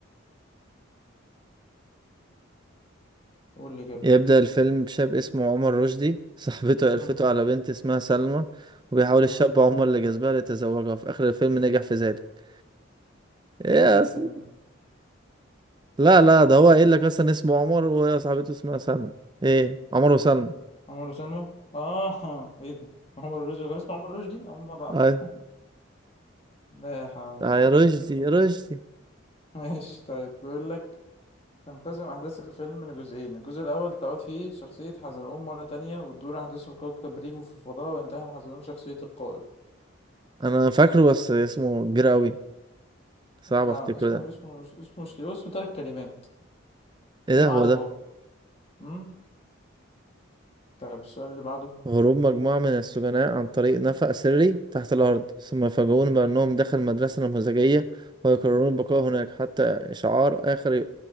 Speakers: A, on the left (about 30°); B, on the right (about 20°).
A: قول لي كده
B: يبدأ الفيلم بشاب اسمه عمر رشدي <laughs> صاحبته قرفته
A: مم.
B: على بنت اسمها سلمى وبيحاول
A: مم.
B: الشاب عمر اللي جذبها ليتزوجها وفي آخر الفيلم نجح في ذلك إيه يا
A: إيه الفيلم
B: أس- لا لا ده هو
A: ده؟
B: قايل لك اصلا اسمه عمر وهي صاحبته اسمها سلمى ايه عمر وسلمى
A: عمر وسلمى اه ايه ده عمر الرشدي كان اسمه عمر الرشدي اول مرة اعرف
B: ايوه
A: <laughs> لا حول
B: اه
A: ولا
B: يا
A: قوة
B: رشدي
A: الا
B: يا
A: بالله
B: رشدي
A: ماشي طيب بيقول لك تنقسم أحداث الفيلم لجزئين الجزء الأول تعود فيه شخصية حزلقوم مرة تانية وتدور أحداثه في كوكب ريفو في الفضاء وينتحل حزلقوم شخصية القائد
B: انا فاكره بس اسمه كبير قوي صعب
A: لا
B: افتكره
A: اسمه
B: ده
A: اسمه مش اسمه مش كده اسمه تلات كلمات سيما
B: ايه ده هو
A: علي
B: ده
A: بابا امم طيب السؤال اللي بعده
B: هروب مجموعة من السجناء عن طريق نفق سري تحت الأرض ثم يفاجئون بأنهم داخل مدرسة نموذجية ويقررون البقاء هناك حتى إشعار آخر